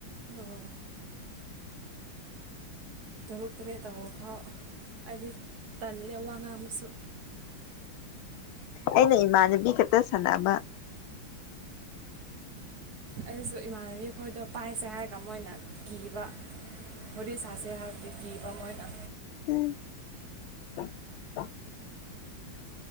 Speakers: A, on the right (about 60°); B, on the left (about 80°).
A: ꯑꯣ ꯇꯔꯨꯛ ꯇꯔꯦꯠ ꯇꯧꯕ ꯐꯥꯎ ꯍꯥꯏꯗꯤ ꯇꯜꯂꯦ ꯋꯥ ꯉꯥꯡ ꯑꯃꯁꯨꯁꯨ
B: ꯑꯩꯅ ꯏꯃꯥꯟꯅꯕꯤ ꯈꯛꯇ ꯁꯥꯟꯅꯕ
A: ꯑꯩꯁꯨ ꯏꯃꯥꯟꯅꯕꯤ ꯈꯣꯏꯗꯣ ꯄꯥꯏꯁꯦ ꯍꯥꯏꯔꯒ ꯃꯣꯏꯅ ꯀꯤꯕ ꯍꯔꯤ ꯆꯥꯁꯦ ꯍꯥꯏ ꯀꯕ ꯃꯣꯏꯅ
B: ꯎꯝ ꯑ